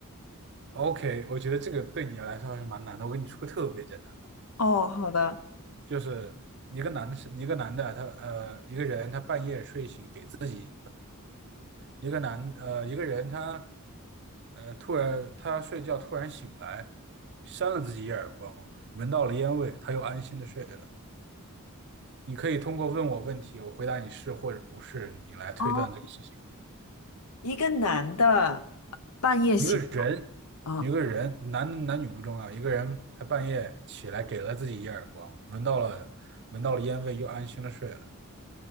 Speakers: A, on the right; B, on the left.
A: OK，我觉得这个对你来说还是蛮难的。我给你出个特别简单的，
B: 哦，好的，
A: 就是一个男的一个男的，他呃，一个人他半夜睡醒给自己一个男呃，一个人他呃突然他睡觉突然醒来，扇了自己一耳光，闻到了烟味，他又安心的睡了。你可以通过问我问题，我回答你是或者不是，你来推断这个事情。
B: 哦，一个男的半夜醒，
A: 一个人，
B: 啊，
A: 一个人，男男女不重要，一个人他半夜起来给了自己一耳光，闻到了闻到了烟味，又安心的睡了。